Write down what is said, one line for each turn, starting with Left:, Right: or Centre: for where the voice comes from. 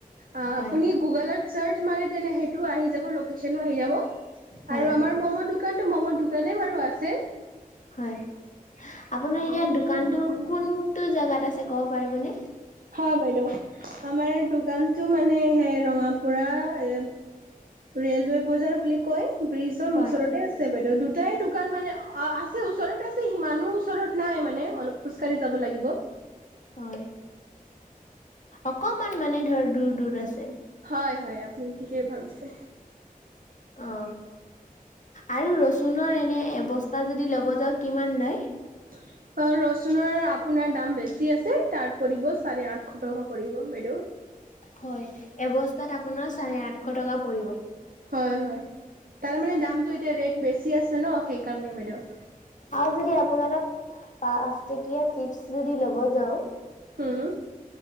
Right: আ
Left: হয়
Right: আপুনি গুগলত চাৰ্চ মাৰে তেনে সেইটো আহি যাব লোকেচনো আহি যাব
Left: হয়
Right: আৰু আমাৰ মম দোকানতো মম দোকানেই বাৰু আছে
Left: হয় আপোনাৰ এতিয়া
Right: আপুনি
Left: দোকানতো
Right: দোকানটো
Left: কোনটো জোগাত আছে ক'ব পাৰিবনে।
Right: হয় বাইদেউ আমাৰ দোকানতো মানে সেই ৰঙাপুৰা এ, ৰেলৱৈ বজাৰ বুলি কয় ব্ৰিজৰ
Left: হয়।
Right: ওচৰতে আছ ছে বাইদেউ দুটাই দোকান মানে আছে ওচৰত আছে সিমানো ওচৰত নাই মানে অলপ, খোজকাঢ়ি যাব লাগিব।
Left: হয় অকমান মানে ধৰ দূৰ দূৰ আছে।
Right: হয় হয় আপুনি ঠিকেই ভাবিছে।
Left: অ আৰু ৰচুনৰ এনে এবস্তা যদি ল'ব যাওঁক কিমান লয়।
Right: <inaudible> অ ৰচুনৰ আপোনাৰ দাম বেছি আছে তাত পৰিব চাৰে আঠশ টকা পৰিব বাইদেউ।
Left: হয় এবস্তাত আপোনাৰ চাৰে আঠশ টকা পৰিব।
Right: হয় হয় তাৰমানে দামটো এতিয়া ৰেট বেছি আছে ন সেইকাৰণে বাইদেউ।
Left: আৰু যদি আপোনাৰ তাত পাঁচটকীয়া চিপচ যদি ল'ব যাও।
Right: হোম